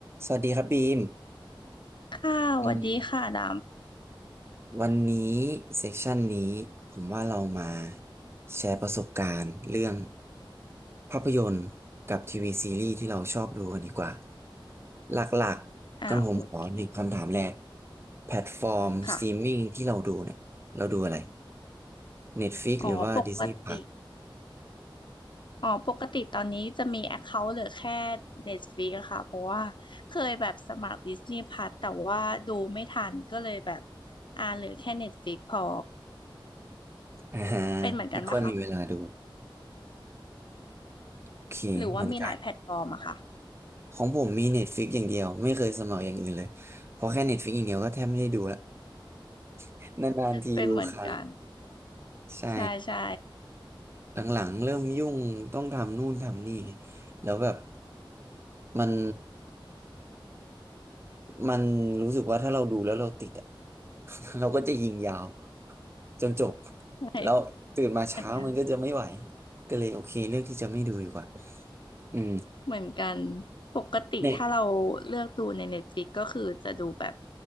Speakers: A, on the right; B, on the left.
A: สวัสดีครับบีม
B: ค่ะสวัสดีค่ะด
A: อืมวันนี้เซสชันนี้ผมว่าเรามาแชร์ประสบการณ์เรื่องภาพยนตร์กับทีวีซีรีส์ที่เราชอบดูกันดีกว่า หลักๆกันผมขอหนึ่งคำถามแรก
B: ำอ่าโอเค
A: แพลตฟอร์มสตรีมมิ่งที่เราดูเนี่ยเราดูอะไร
B: ค่ะ
A: Netflix
B: อ๋อปกติ
A: หรือว่า Disney Plus
B: อ๋อปกติตอนนี้จะมี Account เคาท์เหลือแค่ Netflix อะค่ะ เพราะว่าเคยแบบสมัคร Disney p l ั s แต่ว่าดูไม่ทันก็เลยแบบอ่าเหลือแค่ Netflix พอ
A: <laughs> อ่าฮะ
B: เป็นเหมือนกันปะคะ
A: ไม่ค่อยมีเวลาดูโอเคเหมือนกัน
B: หรือว่ามีหลายแพลตฟอร์มอะค่ะ
A: ของผมมี Netflix อย่างเดียวไม่เคยสมัครอย่างอื่นเลยเพราะแค่ Netflix อย่างเดียวก็แทบไม่ได้ดูละ <laughs> นานๆทีดูครั้ง
B: เป็นเหมือนกัน
A: ใช่
B: ใช่ใช่
A: หลังๆเริ่มยุ่งต้องทำนู่นทำนี่แล้วแบบมันมันรู้สึกว่าถ้าเราดูแล้วเราติดอะ <laughs> เราก็จะยิงยาวจนจบ
B: ใช่
A: แล้วตื่นมาเช้ามันก็จะไม่ไหว
B: เหมือนกัน
A: ก็เลยโอเคเลือกที่จะไม่ดูดีกว่าอืม
B: เหมือนกันปกติถ้าเราเลือกดูใน
A: เนี่ย
B: Netflix ก็คือจะดูแบบ